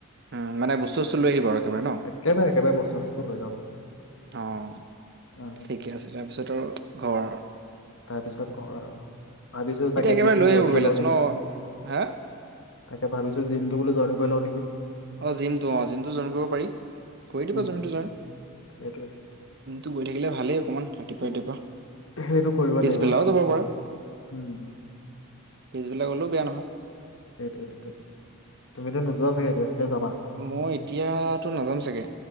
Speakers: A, on the right; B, on the left.
A: উম, মানে বস্তু চস্তু লৈ আহিব আৰু। একেবাৰে ন
B: একেবাৰে একেবাৰে বস্তু চস্তু লৈ যাম আৰু।
A: অ',
B: অ
A: ঠিকে আছে তাৰপিছত আৰু ঘৰ আৰু।
B: তাৰ পিছত কৰ আৰু ভাবিছো তাকে
A: এতিয়া একেবাৰে
B: জিমটো
A: লৈ
B: জইন
A: আহিব পাৰিলা
B: কৰি লওঁ নেকি।
A: ন হা
B: তাকে ভাবিছো জিমটো বোলো জইন কৰি লওঁ নেকি।
A: অ', জমটো অ', জিমটো জইন কৰিব পাৰি, কৰি দিবা
B: উম
A: জিমটো জইন।
B: সেইটোৱে
A: তো গৈ থাকিল ভালেই অকমান ৰাতিপুৱা,
B: উম,
A: ৰাতিপুৱা
B: সেইটো কৰিব
A: পিছবেলাও
B: লাগিব
A: যাব পাৰা।
B: উম
A: পিছবিলাক গ'লেও বেয়া নহয়।
B: সেইটো সেইটো তুমিতো নোযোৱা চাগে এতিয়া। এতিয়া যাবা
A: মই এতিয়াতো নাযাম চাগে,